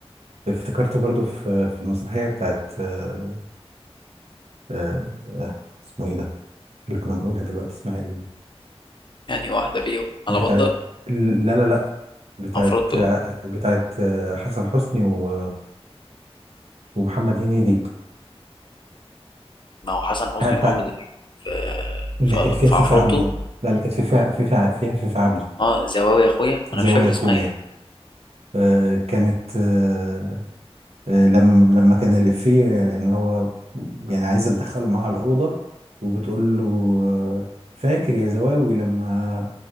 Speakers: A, on the right; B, on the left.
A: افتكرته برضو في في المسرحية بتاعت آه آه آه، اسمه ايه ده اللي كنا بنقولها دلوقتي اسمها ايه
B: يعني واحده فيهم على
A: بتاعت
B: بندر
A: لا لا لا بتاعت
B: عفروتو
A: بتاعت حسن حسني و... ومحمد هنيدي
B: ما هو حسن حسني
A: هي بتاع
B: ومحمد هنيدي في
A: اللي
B: في
A: كانت فيها
B: في
A: فيفي
B: عفروتو
A: عبده لا اللي كانت فيها فيفي فيها فيها فيفي عبده
B: اه زواوي يا اخويا ما
A: زوايا
B: انا مش فاكر
A: اخويا
B: اسمها ايه
A: آه، كانت آه، آه، لما لما كان الإفيه ان هو يعني عايزه تدخله معاها الأوضة وبتقول له آه، فاكر يا زواوي لما